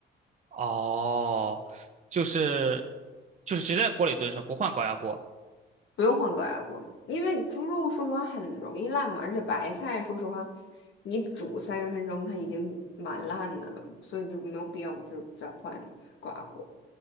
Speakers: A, on the right; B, on the left.
A: 哦，就是就是直接在锅里炖是吧不换高压锅。
B: 不用换高压锅，因为猪肉说实话很容易烂嘛，而且白菜说实话，你煮三十分钟它已经蛮烂的了，所以就没有必要就再换高压锅。